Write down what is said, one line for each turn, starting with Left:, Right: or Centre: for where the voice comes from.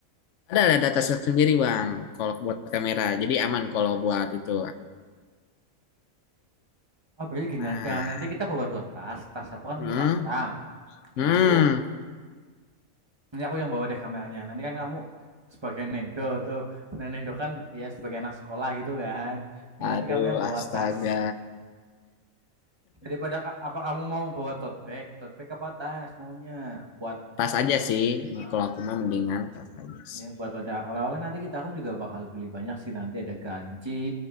Left: Ada, ada data set sendiri bang, kalau buat kamera. Jadi aman kalau buat itu.
Right: Oh, berarti gini
Left: Nah,
Right: aja. Nanti kita bawa dua tas. Tas satu kan
Left: hmm,
Right: untuk kamera.
Left: hmm.
Right: Nanti Nanti aku yang bawa deh kameranya. Nanti kan kamu sebagai Nendo tuh. Nah, Nendo kan ya sebagai anak sekolah gitu kan. Ya nanti
Left: Aduh,
Right: kamu yang bawa
Left: astaga.
Right: tas. Daripada ka- apa kamu mau bawa tote bag? Tote bag apa tas maunya? Buat
Left: Tas aja sih.
Right: ah,
Left: Kalau aku mah mendingan tas aja sih.
Right: ya buat wadah oleh-oleh nanti kita aku juga bakal beli banyak sih nanti ada ganci.